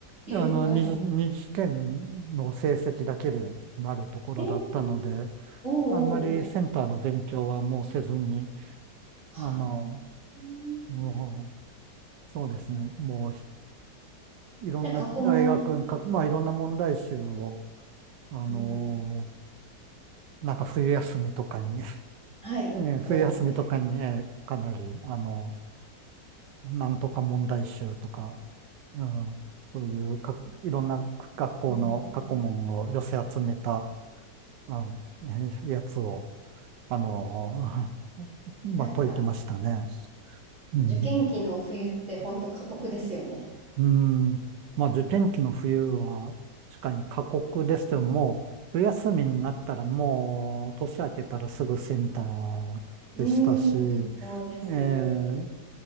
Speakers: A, on the right (about 45°); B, on the right (about 80°).
A: え、
B: あの、
A: はい。
B: 二次、二次試験の成績だけで決まるところだったので、
A: えー、おうおうおう。
B: あんまりセンターの勉強はもうせずに、
A: はあ。
B: あの、
A: うん
B: もう、そうですね、もうひいろんな大学、
A: じゃあ、過去問で、
B: かまあいろんな問題集を、あの、
A: うん、
B: なんか冬休みとかに <laughs>
A: はい、
B: えー冬休みとかに、
A: 解いて。
B: えーかなり、あの、なんとか問題集とか、うん、そういうか、いろんな学校の過去問を寄せ集めた
A: うんうんうん
B: あ、えやつを、あの、<laughs> まあ、
A: なんか、
B: 解いてましたね。うん。
A: 受験期の冬って本当過酷ですよね。
B: うん。まあ、受験期の冬は、確かに過酷ですけども、冬休みになったらもう、年明けたらすぐセンターでしたし、
A: うん。そうですよ。
B: ええ